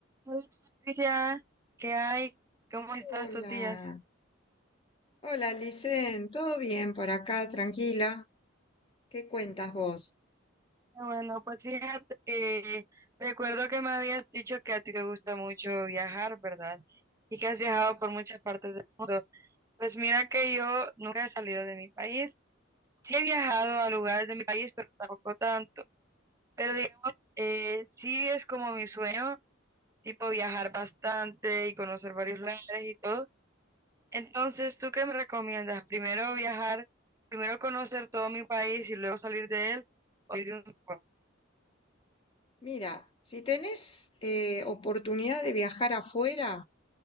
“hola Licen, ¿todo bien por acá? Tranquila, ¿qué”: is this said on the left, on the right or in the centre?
Left